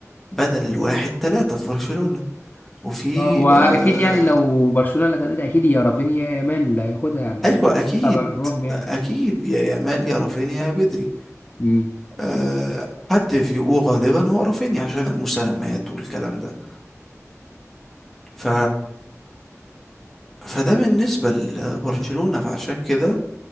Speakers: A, in the centre; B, on the left (about 35°).
A: بدل الواحد ثلاثة في برشلونة وفي
B: اه واكيد
A: آه
B: يعني لو برشلونه اللي خدتها اكيد يا رافينيا يا يامال اللي هياخدها يعني
A: ايوه
B: حتى
A: اكيد
B: بره يعني
A: اكيد يا يامال يا رافينيا يا بدري
B: امم
A: آه حد في وغالبا هو رافينيا عشان المساهمات والكلام ده ف فده بالنسبة لبرشلونة فعشان كده